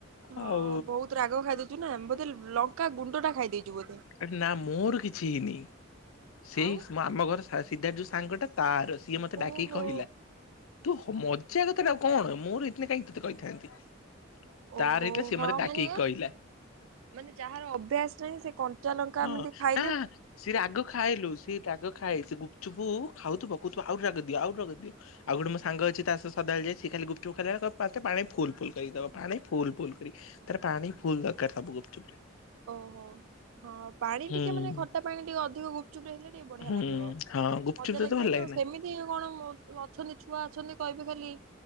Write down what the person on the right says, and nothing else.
ହଁ
ବହୁତ ରାଗ ଖାଇ ଦେଇଛୁ ନା ବୋଧେ ଲଙ୍କା ଗୁଣ୍ଡ ଟା ଖାଇଦେଇଛୁ ବୋଧେ।
ଆଉ
ଓହୋ
ଓହୋ
ହଁ
ମାନେ।
ମାନେ ଯାହାର ଅଭ୍ୟାସ ନାହିଁ ସେ କଞ୍ଚା ଲଙ୍କା
ଏମିତି ଖାଇ
ଓହୋ ହଁ ପାଣି
ଟିକେ ମାନେ ଖଟା ପାଣି ଟିକେ ଅଧିକ ଗୁପଚୁପ ହେଲେ ଟିକେ ବଢ଼ିଆ
ଲାଗିବ।
ମଜା
ଲାଗିବ
ନା
ସେମିତି ସ କଣ ଅଛନ୍ତି ଛୁଆ ଅଛନ୍ତି କହିବେ ଖାଲି